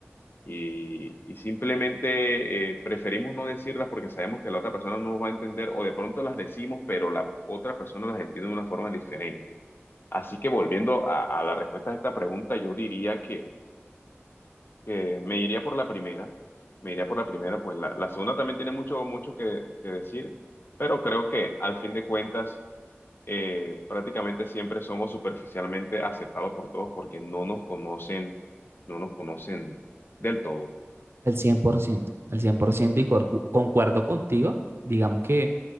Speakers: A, on the left; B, on the right.
A: y, y simplemente eh, preferimos no decirlas porque sabemos que la otra persona no nos va a entender o de pronto las decimos, pero la otra persona las entiende de una forma diferente. Así que volviendo a, a la respuesta a esta pregunta, yo diría que, que me iría por la primera, me iría por la primera, pues la, la segunda también tiene mucho, mucho que, que decir, pero creo que al fin de cuentas... eh, prácticamente siempre somos superficialmente aceptados por todos porque no nos conocen, no nos conocen del todo.
B: Al 100%, al 100% y corcu- concuerdo contigo. Digamos que